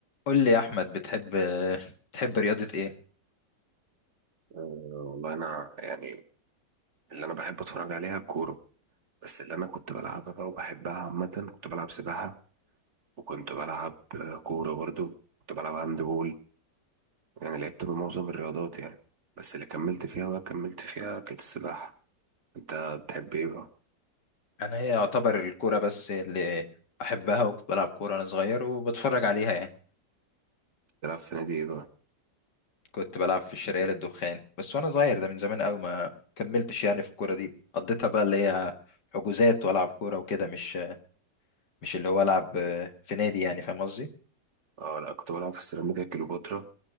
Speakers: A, on the left; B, on the right.
A: قول لي يا احمد بتحب بتحب رياضة ايه
B: آه، والله انا يعني اللي انا بحب اتفرج عليها الكوره بس اللي انا كنت بلعبها بقى وبحبها عامه كنت بلعب سباحه وكنت بلعب آه، كوره برضو كنت بلعب هاند بول يعني لعبت بمعظم الرياضات يعني بس اللي كملت فيها بقى كملت فيها كانت السباحه انت بتحب ايه بقى
A: انا هي يعتبر الكورة بس اللي احبها وكنت بلعب كورة وانا صغير وبتفرج عليها يعني
B: بتلعب في نادي ايه بقى
A: كنت بلعب في الشرقية للدخان بس وانا صغير ده من زمان قوي ما كملتش يعني في الكورة دي قضيتها بقى اللي هي حجوزات والعب كورة وكده مش مش اللي هو العب في نادي يعني فاهم قصدي
B: اه لا كنت بلعب في سيراميكا كليوباترا